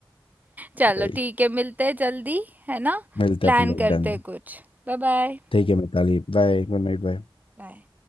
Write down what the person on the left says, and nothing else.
भाई
मिलते
हैं अपन लोग
डन
ठीक है Mitali bye good night bye